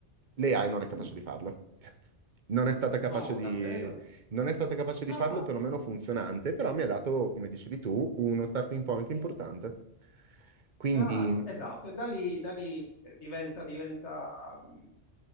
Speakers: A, on the right (about 45°); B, on the left (about 80°).
A: L'AI non è capace
B: Come?
A: di farlo. Non è stata
B: No,
A: capace di,
B: davvero?
A: non è stata capace di
B: Ah,
A: farlo, perlomeno funzionante, però mi ha dato, come dicevi tu, uno starting point importante.
B: è
A: Quindi,
B: chiaro, esatto, e da lì, da lì eh, diventa, diventa mh,